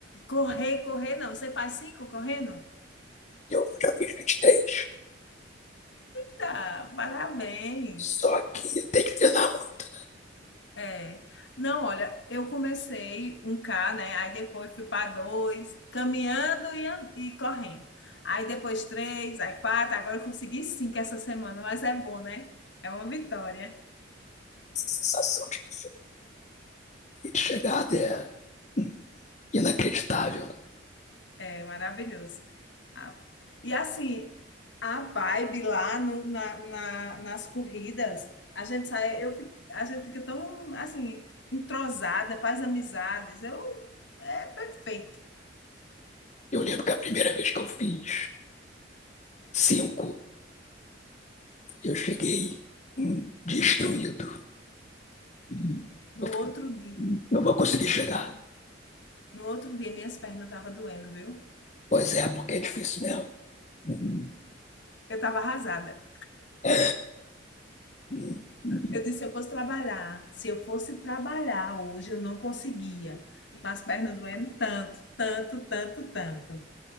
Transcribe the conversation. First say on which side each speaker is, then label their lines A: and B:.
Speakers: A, on the left; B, on the left.
A: correr, correr, não. Você faz cinco correndo?
B: Eu já fiz 23.
A: Tá, parabéns.
B: Só que tem que treinar muito.
A: É. Não, olha, eu comecei um K, né? Aí depois fui para dois, caminhando e, an- e correndo. Aí depois três, aí quatro, agora eu consegui cinco essa semana, mas é bom, né? É uma vitória.
B: Essa sensação de que chegada é hum, inacreditável. né?
A: É maravilhoso. Ah, E assim, a vibe lá no, na, na- nas corridas, a gente sai, eu, fi- a gente fica tão assim, entrosada, faz amizades. Eu, é perfeito.
B: Eu lembro que a primeira vez que eu fiz cinco, eu cheguei hum, destruído. Hum,
A: No
B: Eu falei,
A: outro dia.
B: hum, não vou conseguir chegar.
A: No outro dia, minhas pernas estavam doendo, viu?
B: Pois é, porque é difícil mesmo. Hum,
A: Eu estava arrasada.
B: é, hum, hum.
A: Eu disse, se eu fosse trabalhar, se eu fosse trabalhar hoje, eu não conseguia. Mas as pernas doendo tanto, tanto, tanto, tanto.